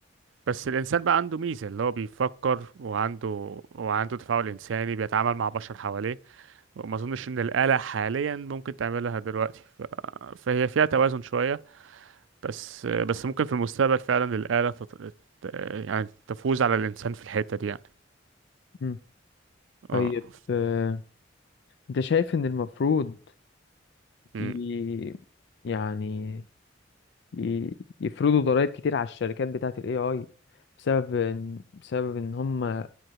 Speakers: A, on the right; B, on the left.
A: بس الإنسان بقى عنده ميزة اللي هو بيفكر وعنده وعنده تفاعل إنساني بيتعامل مع بشر حواليه وما أظنش إن الآلة حاليا ممكن تعملها دلوقتي ف... فهي فيها توازن شوية بس بس ممكن في المستقبل فعلا الآلة تط... ت- يعني تفوز على الإنسان في الحتة دي يعني
B: مم.
A: اه
B: طيب آه، انت شايف ان المفروض
A: مم.
B: ي... يعني ي... يفرضوا ضرائب كتير على الشركات بتاعت الاي اي بسبب ان... بسبب ان هم